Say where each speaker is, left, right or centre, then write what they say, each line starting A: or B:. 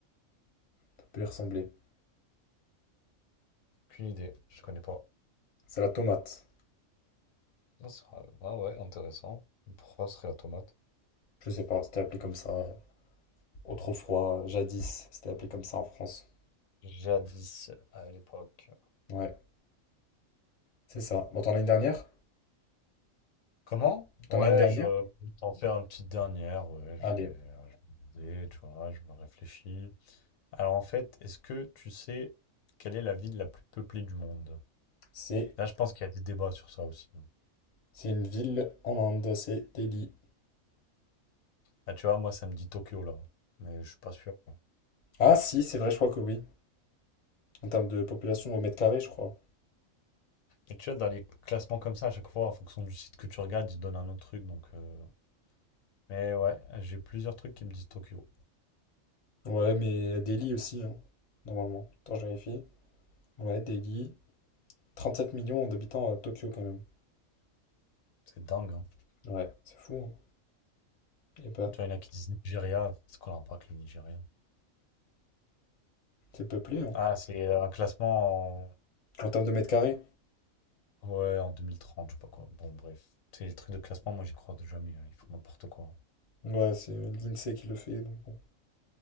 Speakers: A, on the left; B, on the left.
A: Ça peut y ressembler.
B: Aucune idée, je connais pas.
A: C'est la tomate.
B: Non, c'est vrai. Ah ouais, intéressant. Pourquoi ce serait la tomate?
A: Je sais pas, c'était appelé comme ça. euh, Autrefois, jadis, c'était appelé comme ça en France.
B: Jadis, à l'époque.
A: Ouais, c'est ça. Bon, t'en as une dernière?
B: Comment?
A: T'en
B: Ouais,
A: as une dernière?
B: je peux t'en faire une petite dernière. Ouais, je
A: Allez.
B: vais, je vais regarder, tu vois, je me réfléchis. Alors en fait, est-ce que tu sais quelle est la ville la plus peuplée du monde?
A: C'est,
B: Là, je pense qu'il y a des débats sur ça aussi.
A: c'est une ville en Inde, c'est Delhi.
B: Là, tu vois, moi, ça me dit Tokyo, là. Mais je suis pas sûr.
A: Ah si, c'est vrai, je crois que oui. En termes de population au mètre carré, je crois.
B: Et tu vois, dans les classements comme ça, à chaque fois, en fonction du site que tu regardes, ils te donnent un autre truc. Donc, euh, Mais ouais, j'ai plusieurs trucs qui me disent Tokyo.
A: Ouais, mais Delhi aussi, hein, normalement. Attends, je vérifie. Ouais, Delhi. trente-sept millions d'habitants à Tokyo quand même.
B: C'est dingue, hein.
A: Ouais, c'est fou, hein. Et bah,
B: Tu vois, il y en a qui disent Nigeria. C'est quoi le rapport avec le Nigeria?
A: c'est peuplé, hein.
B: Ah, c'est euh, un classement en...
A: En termes de mètres carrés.
B: Ouais, en 2030, je sais pas quoi. Bon, bref. C'est les trucs de classement, moi, j'y crois jamais. hein. Ils font n'importe quoi.
A: Ouais, c'est euh, l'INSEE qui le fait, donc bon.